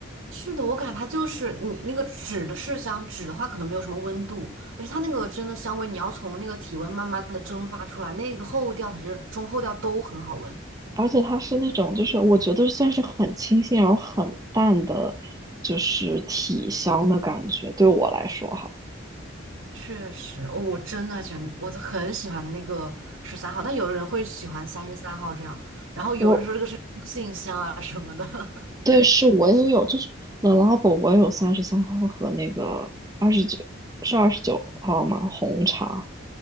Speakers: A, on the right; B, on the right.
A: 是的，我感觉它就是你那个纸的麝香纸的话，可能没有什么温度，我觉得它那个真的香味，你要从那个体温慢慢的蒸发出来，那个后调才是中后调都很好闻。
B: 而且它是那种，就是我觉得算是很清新，然后很淡的，就是体香的感觉。对我来说，哈，
A: 确实，哦，我真的喜欢，我很喜欢那个十三号，但有的人会喜欢三十三号这样，然后有人说这个是中性香啊什么的。
B: 我
A: <laughs>
B: 对是我也有，就是 t h e Labo，我也有三十三号和那个二十九，是二十九号吗？红茶。